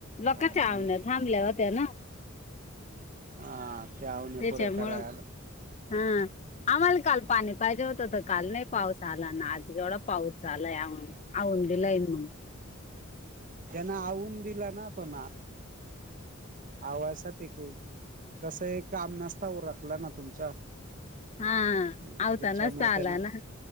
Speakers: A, on the left; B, on the right.
A: लोकाच्या
B: काय माहिती
A: आवन थांबल्या हो त्या ना.
B: हा. ते आवण्या
A: तेच्यामुळ,
B: पुऱ्या करायला आला
A: हा. आम्हाला काल पाणी पाहिजे होतं त काल नाही पाऊस आला न आज एवढा पाऊस झालाय, आ. औंद दिलंय मंग.
B: जना आवून दिला ना पणा आवासाठी केल, कसं हे काम नसत उरकलं ना तुमचा.
A: हा
B: हम्,
A: आवता
B: त्याच्यामूळ
A: नसता
B: त्यांना
A: आला ना